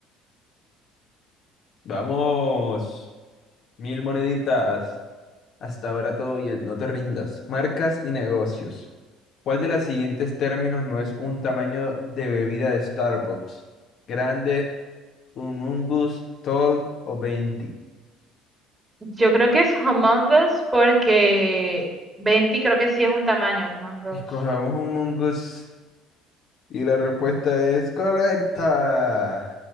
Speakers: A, on the left; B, on the right.
A: Vamos, mil moneditas. Hasta ahora todo bien, no te rindas. Marcas y negocios. ¿Cuál de los siguientes términos no es un tamaño de bebida de Starbucks? Grande, humongous, tall o venti.
B: Yo creo que es Among Us porque 20 creo que sí es un tamaño. Among
A: Escojamos
B: Us.
A: humongous. Y la respuesta es correcta.